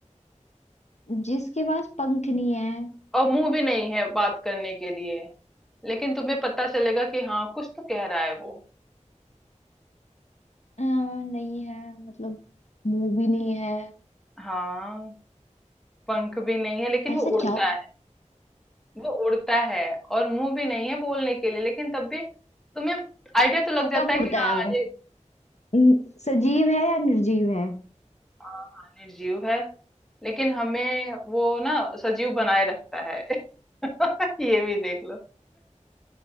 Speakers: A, on the left; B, in the centre.
A: जिसके पास पंख नहीं है
B: और मुंह भी नहीं है बात करने के लिए लेकिन तुम्हें पता चलेगा कि हाँ कुछ तो कह रहा है वो
A: अ, नहीं है मतलब मुंह भी नहीं है
B: हाँ पंख भी नहीं है लेकिन
A: ऐसा
B: वो उड़ता
A: क्या होता
B: है वो उड़ता है और मुंह भी नहीं है बोलने के लिए लेकिन तब भी तुम्हें आइडिया तो लग जाता
A: कब
B: है
A: उड़ता
B: कि हाँ
A: है वो
B: ये
A: न- सजीव है या निर्जीव है
B: हाँ हाँ, निर्जीव है लेकिन हमें वो ना सजीव बनाए रखता है <laughs> ये भी देख लो